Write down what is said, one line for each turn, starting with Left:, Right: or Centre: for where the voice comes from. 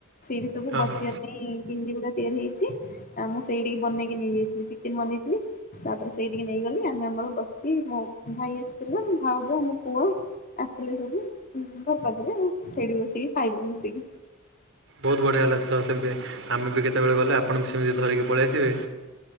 Left: ସେଇଠି ସବୁ
Right: ହଁ
Left: ବସିବା
Right: ହଁ
Left: ପାଇଁ ବିଣ୍ଡି ଗୁଡା ତିଆରି ହେଇଚି। ଆ ମୁଁ ସେଇଠିକି ବନେଇକି ନେଇଯାଇଥିଲି ଚିକେନ ବନେଇଥିଲି। ତାପରେ ସେଇଠିକି ନେଇଗଲି ଆମେ ଆମର ବସିକି ମୋ ଭାଇ ଆସିଥିଲା ଭାଉଜ ମୋ ପୁଅ ଆ ସିଥିଲେ ସବୁ ଉ ଘର୍ ପାଖରେ ଆଉ ସେଇଠି ବସିକି ଖାଇଲୁ ମିସିକି।
Right: ବହୁତ ବଢିଆ ହେଲା ସହ ସେମତି ଆମେ ବି କେତେବେଳେ ଗଲେ ଆପଣ ବି ସେମତି ଧରିକି ପଳେଇ ଆସିବେ।